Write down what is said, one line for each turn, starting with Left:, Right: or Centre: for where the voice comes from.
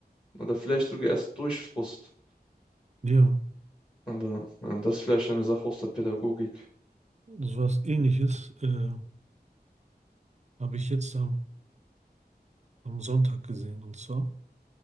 Left: Oder vielleicht sogar erst durch Frust.
Right: ja,
Left: Aber ja, das ist vielleicht eine Sache aus der Pädagogik.
Right: so was Ähnliches äh, habe ich jetzt am, am Sonntag gesehen. Und zwar,